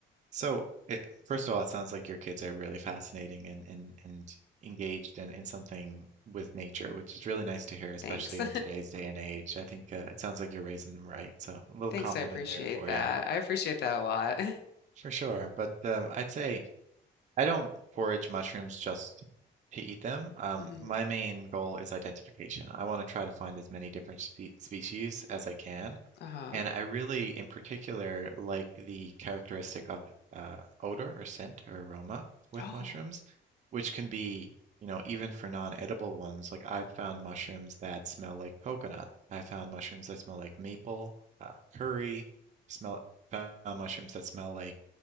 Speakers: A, on the right; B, on the left.
A: So, it, first of all, it sounds like your kids are really fascinating and and and engaged in in something with nature, which is really nice to hear, especially
B: Thanks.
A: in today's day and age. I think uh, it sounds like you're raising them right, so a
B: <laughs>
A: little
B: Thanks.
A: compliment
B: I appreciate
A: there for
B: that.
A: you,
B: I appreciate that a lot. <laughs>
A: for sure. But um, I'd say I don't forage mushrooms just to eat them. Um,
B: hmm
A: my main goal is identification. I want to try to find as many different spe species as I can.
B: Uh-huh.
A: And I really, in particular, like the characteristic of uh, odor or scent or aroma with
B: Oh,
A: mushrooms, which can be, you know, even for non-edible ones. Like I've found mushrooms that smell like coconut. I found mushrooms that smell like maple, uh, curry. Smell found mushrooms that smell like